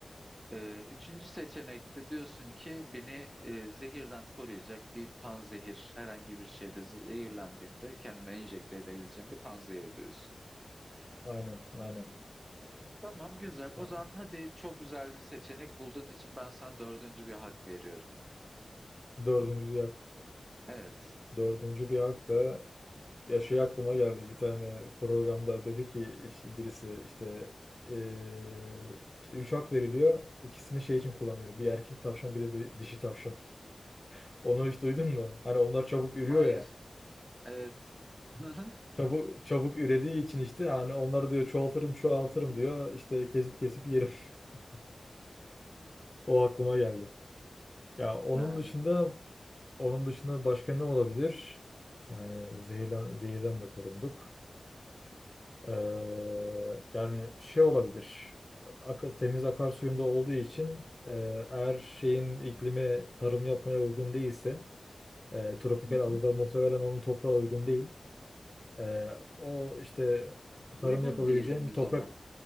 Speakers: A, on the right; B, on the left.
A: e, üçüncü seçenekte diyorsun ki beni e, zehirden koruyacak bir panzehir herhangi bir şeyde zehirlendiğimde kendime enjekte edebileceğim bir panzehir diyorsun.
B: Aynen, aynen.
A: Tamam güzel o
B: Yani
A: zaman hadi çok güzel bir seçenek bulduğun için ben sana dördüncü bir hak veriyorum.
B: dördüncü bir hak.
A: Evet.
B: Dördüncü bir hak da ya şey aklıma geldi. Bir tane programda dedi ki işte birisi işte eee, işte üç hak veriliyor. İkisini şey için kullanıyor. Bir erkek tavşan bir de di- dişi tavşan. Onu hiç duydun mu? Hani onlar çabuk ürüyor
A: Hayır.
B: ya.
A: Evet. <laughs>
B: Çabuk çabuk ürediği için işte hani onları diyor çoğaltırım çoğaltırım diyor. İşte kesip kesip yerim. <laughs> O aklıma geldi. Ya onun
A: Ha,
B: dışında onun dışında başka ne olabilir? Yani zehirden, zehirden de korunduk. Ee, yani şey olabilir. Akı, temiz akarsuyumda olduğu için e, eğer şeyin iklimi tarım yapmaya uygun değilse e, tropikal
A: hı hı.
B: adada muhtemelen onun toprağı uygun değil. E, o işte
A: Uygun
B: tarım yapabileceğim
A: diyelim biz
B: toprak
A: ona.